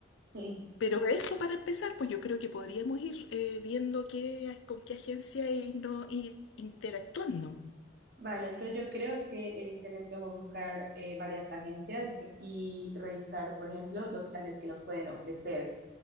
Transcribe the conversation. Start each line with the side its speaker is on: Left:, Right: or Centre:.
Right: Sí.
Left: pero eso para empezar, pues yo creo que podríamos ir eh, viendo qué, con qué agencia y no ir interactuando.
Right: Vale, entonces yo creo que en internet podemos buscar eh, varias agencias ve- y revisar, por ejemplo, los planes que nos pueden ofrecer.